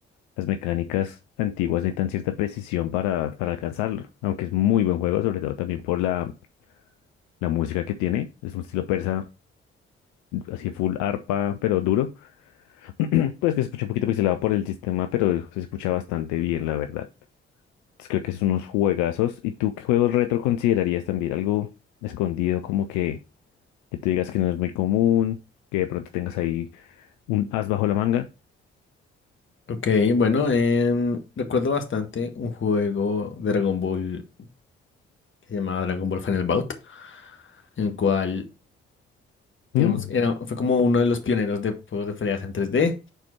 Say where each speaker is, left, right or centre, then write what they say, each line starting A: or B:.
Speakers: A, on the left; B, on the left.
A: las mecánicas antiguas necesitan cierta precisión para, para alcanzarlo, aunque es muy buen juego, sobre todo también por la, la música que tiene, es un estilo persa así full arpa, pero duro. <clears throat> Pues que se escucha un poquito pixelado por el sistema, pero se escucha bastante bien, la verdad. Entonces, creo que son unos juegazos. ¿Y tú qué juegos retro considerarías también? Algo escondido, como que, que tú digas que no es muy común, que de pronto tengas ahí un as bajo la manga.
B: Ok, bueno, em, recuerdo bastante un juego de Dragon Ball que se llamaba Dragon Ball Final Bout, en el cual,
A: Mm,
B: digamos, era, fue como uno de los pioneros de juegos de peleas en 3D.